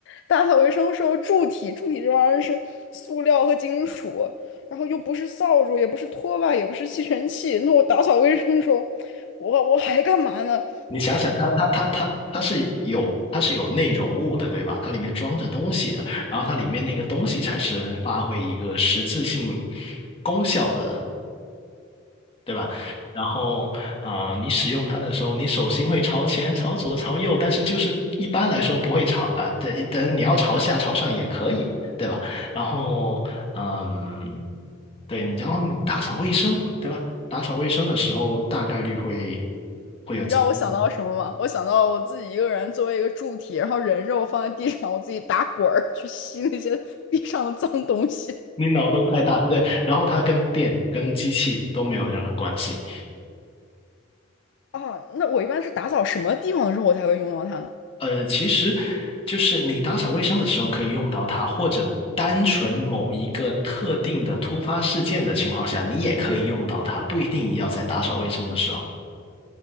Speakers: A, on the left; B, on the left.
A: 打扫卫生的时候，柱体柱体这玩意儿是塑料和金属，然后又不是扫帚，也不是拖把，也不是吸尘器。那我打扫卫生的时候，我我还干嘛呢？
B: 你想想它，它它它它是有它是有内容物的，对吧？它里面装着东西的，然后它里面那个东西才是发挥一个实质性功效的，对吧？然后啊、你使用它的时候，你手心会朝前、朝左、朝右，但是就是一般来说不会朝啊，对、但你要朝下、朝上也可以，对吧？然后嗯，对你，然后你打扫卫生，对吧？打扫卫生的时候，大概率会会有进步。
A: 你知道我想到什么吗？我想到我自己一个人作为一个柱体，然后人肉放在地上，我自己打滚儿去吸那些地上的脏东西
B: 你脑洞太大了，对。然后它跟电、跟机器都没有任何关系。
A: 啊。那我一般是打扫什么地方的时候我才会用到它呢？
B: 呃，其实就是你打扫卫生的时候可以用到它，或者单纯某一个特定的突发事件的情况下，你也可以用到它，不一定要在打扫卫生的时候。